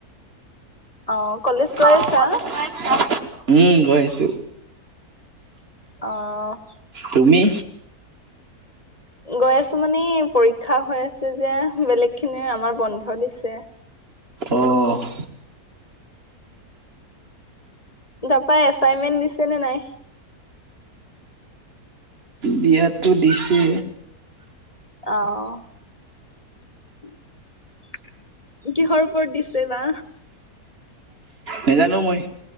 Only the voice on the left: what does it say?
অহ, কলেজ গৈ
আছা?
অহ',
গৈ আছো মানে পৰীক্ষা হৈ আছে যে বেলেগ খিনিৰ আমাৰ বন্ধ দিছে।
তাপাই এচাইনমেন্ট দিছে নে নাই?
অহ ', কিহৰ ওপৰত দিছে বা?